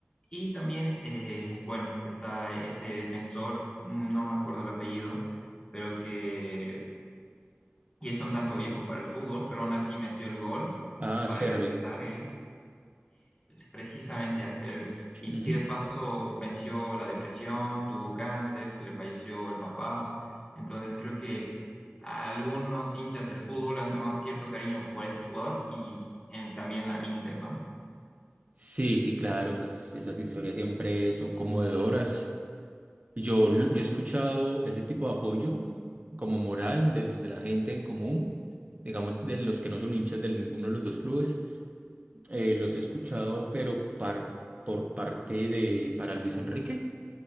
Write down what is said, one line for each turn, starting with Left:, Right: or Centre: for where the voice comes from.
Left: y también, eh, bueno, está este defensor, no me acuerdo el apellido, pero que y está un tanto viejo para el fútbol, pero aún así metió el gol
Right: Ah,
Left: para
Right: Serve.
Left: ir a él, precisamente a Servi. Y,
Right: Ujú.
Left: y de paso venció la depresión, tuvo cáncer, se le falleció el papá. Entonces creo que a algunos hinchas del fútbol han tomado cierto cariño por ese jugador y en- también al Inter, ¿no?
Right: Sí, sí, claro, esas, esas historias siempre son conmovedoras. Yo, yo he escuchado ese tipo de apoyo como moral del- de, la gente del común, digamos de los que no son hinchas de ninguno de los dos clubes. Eh, los he escuchado, pero par- por parte de para Luis Enrique,